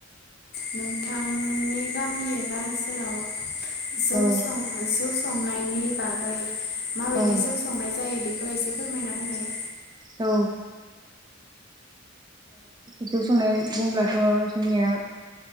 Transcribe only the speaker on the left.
नोंथांनि गामि एबा ओनसोलाव जौ
-सं -जौ संनायनि बागै माबायदि
जौ संनाय जायो बेखौ बेखौ एसे फोरमायना होलाय